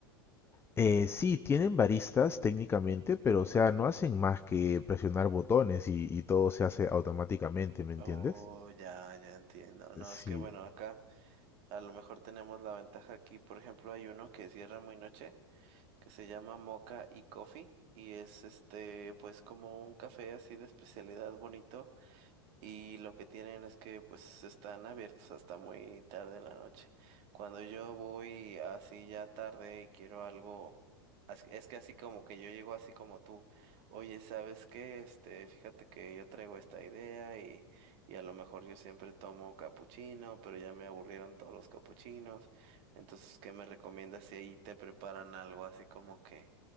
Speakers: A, on the left (about 20°); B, on the right (about 50°).
A: Eh, sí, tienen baristas técnicamente, pero o sea, no hacen más que presionar botones y, y todo se hace automáticamente, ¿me entiendes?
B: Oh, ya, ya entiendo. No,
A: Sí.
B: es que bueno, acá a lo mejor tenemos la ventaja aquí. Por ejemplo, hay uno que cierra muy noche, que se llama Mocha y Coffee. Y es este, pues como un café así de especialidad bonito. Y lo que tienen es que pues están abiertos hasta muy tarde en la noche. Cuando yo voy así ya tarde y quiero algo, as- es que así como que yo llego así como tú, oye, ¿sabes qué? Este, fíjate que yo traigo esta idea y, y a lo mejor yo siempre tomo capuchino, pero ya me aburrieron todos los capuchinos. Entonces, ¿qué me recomiendas si ahí te preparan algo así como que